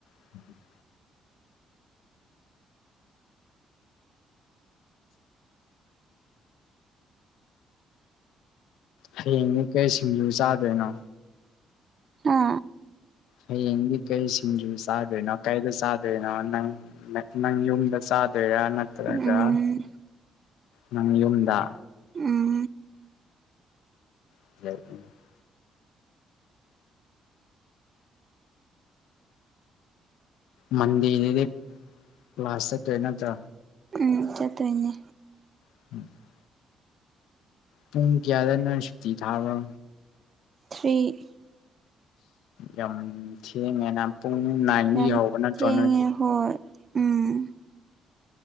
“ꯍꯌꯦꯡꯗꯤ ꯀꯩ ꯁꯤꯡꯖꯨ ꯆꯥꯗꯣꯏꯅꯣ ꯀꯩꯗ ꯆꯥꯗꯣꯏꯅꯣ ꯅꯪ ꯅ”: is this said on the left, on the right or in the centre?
Left